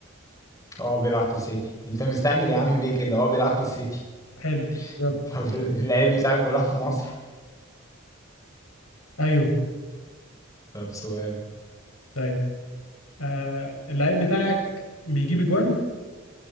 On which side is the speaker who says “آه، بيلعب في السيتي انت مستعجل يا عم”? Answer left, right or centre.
Left